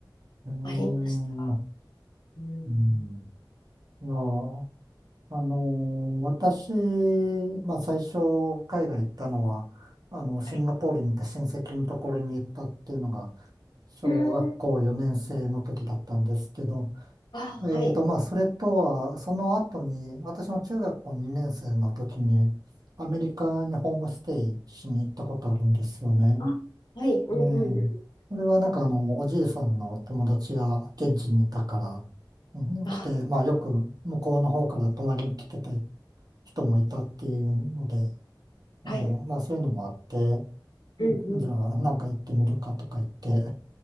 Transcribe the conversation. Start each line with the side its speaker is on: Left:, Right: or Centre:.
Right: うーん、
Left: ありました。
Right: う
Left: うん。
Right: ん。いや、あの、私、まあ最初、海外行ったのは、あの、シンガポールに行った親戚のところに行ったっていうのが、
Left: はい。
Right: 小学校4年生の時だったんですけど、
Left: うん。あ、
Right: えーと、
Left: はい。
Right: まあ、それとは、その後に、私の中学校2年生の時に、アメリカにホームステイしに行ったことあるんですよね。
Left: あ、はい。うんうんうん。
Right: ねえ。それはなんかあの、おじいさんの友達が現地にいたから、うん来て、
Left: あ、
Right: まあ、よく向こうの方から泊まりに来てた人もいたっていうので、ええまあ、
Left: はい。
Right: そういうのもあって、うんじゃあ、
Left: うんう
Right: なんか行ってみるかとか言って、